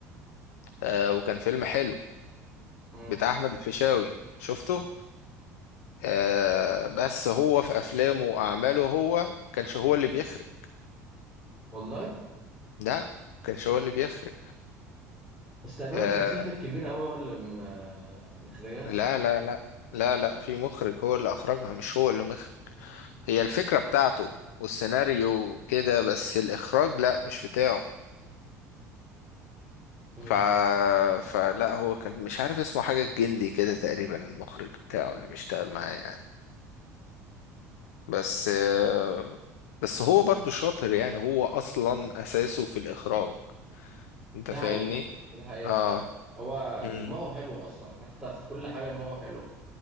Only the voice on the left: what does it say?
آه وكان فيلم حلو
بتاع احمد الفيشاوي شفته آه بس هو في افلامه واعماله هو ما كانش هو اللي بيخرج
لا ما كانش هو اللي بيخرج
آه
لا
لا لا لا لا في مخرج هو اللي اخرجها مش هو اللي مخرج هي
الفكرة بتاعته والسيناريو كده بس الاخراج لا مش بتاعه
ف... فلا هو كان مش عارف اسمه حاجة الجندي كده تقريبا المخرج بتاعه اللي بيشتغل معاه يعني بس آه، بس هو برضو شاطر يعني هو اصلا اساسه في الاخراج انت
فاهمني
اه
مم.